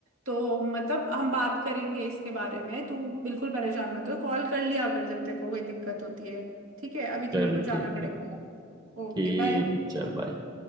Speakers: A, on the right; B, on the right.
A: तो मतलब हम बात करेंगे इसके बारे में तू बिल्कुल परेशान मत हो कॉल कर लिया कर जब तेरे को कोई दिक्कत होती है ठीक है अभी
B: चल
A: तो मेरे को
B: ठीक
A: जाना पड़ेगा
B: है
A: Okay
B: ठीक
A: bye
B: है, चल भाई